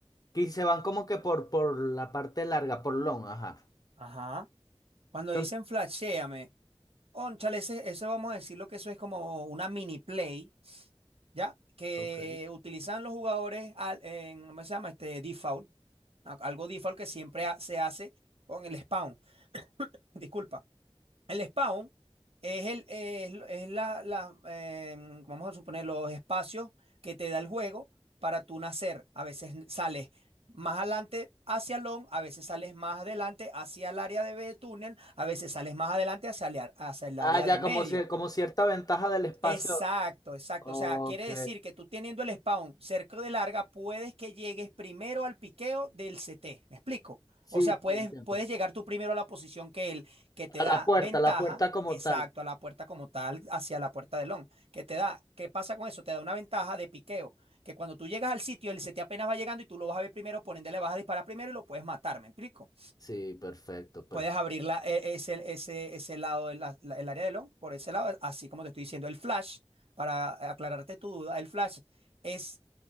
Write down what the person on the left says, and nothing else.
Que se van como que por, por la parte larga, por long, ajá.
Yo no-
Ok.
Ah,
ya,
como, ci- como cierta ventaja del espacio.
Ok.
Sí,
Sí, entiendo.
a
la puerta,
a la puerta como
tal.
Sí, perfecto, perfecto.